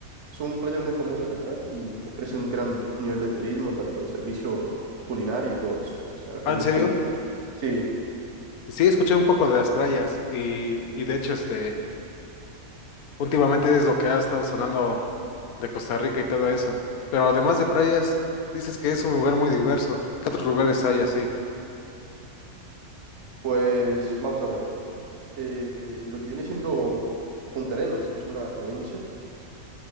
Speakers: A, on the right; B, on the left.
A: Es un player muy famoso de acá y ofrece un gran nivel de turismo, tanto de servicio culinario y todo eso. O sea, realmente,
B: Ah, ¿en serio?
A: sí,
B: Sí, escuché un poco de las playas y, y de hecho, este, últimamente es lo que ha estado sonando de Costa Rica y todo eso. Pero además de playas, dices que es un lugar muy diverso. ¿Qué otros lugares hay así?
A: pues vamos a ver. Eh, lo que viene siendo Punta Arenas, que es una provincia,